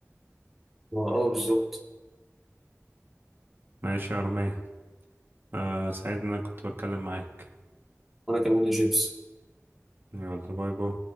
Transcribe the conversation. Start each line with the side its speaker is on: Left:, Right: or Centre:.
Centre: اه بالظبط
Right: ماشي يا أرمية آه سعيد إن أنا كنت بتكلم معاك
Centre: وانا كمان يا جيمس
Right: يلا باي باي